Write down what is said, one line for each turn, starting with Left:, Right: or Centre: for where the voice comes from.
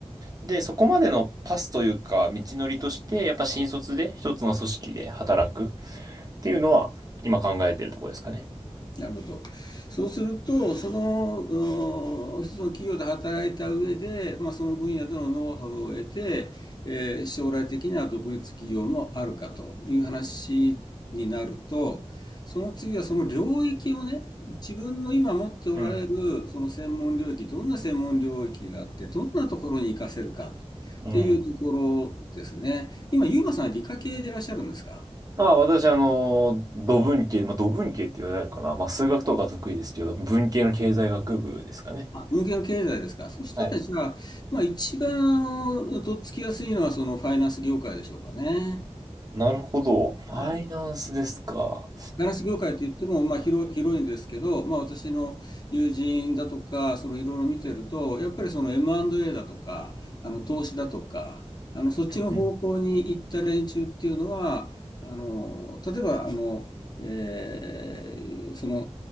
Right: で、そこまでのパスというか、道のりとして、やっぱ新卒で一つの組織で働くっていうのは、今考えてるところですかね。
Left: なるほど。そうすると、その、うん一つの企業で働いた上で、まあ、その分野でのノウハウを得て、えー将来的には独立企業もあるかという話になると、その次はその領域をね、自分の今持っておられるその専門領域、
Right: うん。
Left: どんな専門領域があって、どんなところに活かせるか
Right: うん。
Left: っていうところですね。今、ユーマさんは理科系でいらっしゃるんですか
Right: ああ、私、あの、土文系、まあ、土文系って言われるかな。まあ、数学とか得意ですけど、文系の経済学部ですかね。
Left: あ、文系の経済ですか。そしたらじゃあ、
Right: はい。
Left: まあ一番あのとっつきやすいのはそのファイナンス業界でしょうかね。
Right: なるほど。ファイナンスですか。
Left: はい。ファイナンス業界って言っても、まあ広い、広いんですけど、まあ私の友人だとか、そのいろいろ見てると、やっぱりその M&A だとか、あの投資だとか、あのそっちの方向に行った連中っていうのは、
Right: うん
Left: あの、例えばあの、えーその、